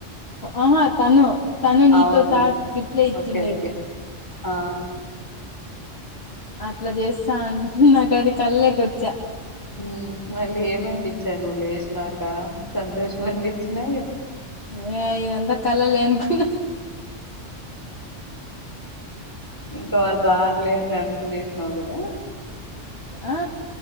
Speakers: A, on the left; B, on the left.
A: ఆహా.. తను తను నీతో
B: అవునా
A: చాట్ రిప్లై ఇచ్చిండేది
B: ఓకే ఓకే ఆ
A: అట్ల చేస్తాంటే నాకది కళ్ళెకి వచ్చా
B: మ్మ్ మళ్ళీ ఏమనిపించ నువ్వు లేసినాక సంతోషం అనిపిచ్చినా
A: నే ఇదంతా కళలే అనుకున్న,
B: ఇంక వాళ్ళు రారులే అను, ఇప్పు లేసినవ్ కదా,
A: ఆ